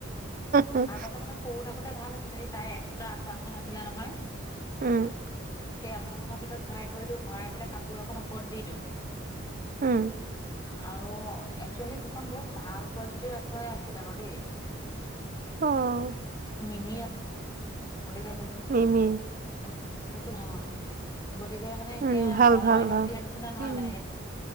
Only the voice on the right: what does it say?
উম
উম
উম।
অ
হু উ
উম
ভাল
ভাল ভাল
উম